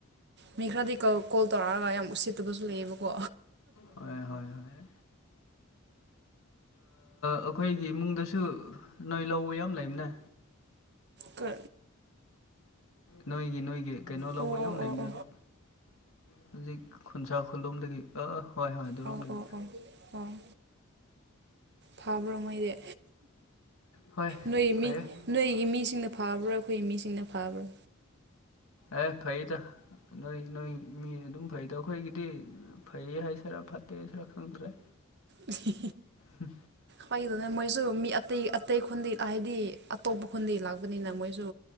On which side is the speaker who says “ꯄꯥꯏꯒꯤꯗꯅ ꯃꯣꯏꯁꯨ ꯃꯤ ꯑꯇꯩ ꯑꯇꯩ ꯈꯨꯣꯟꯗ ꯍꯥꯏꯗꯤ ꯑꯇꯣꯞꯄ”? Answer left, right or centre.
Right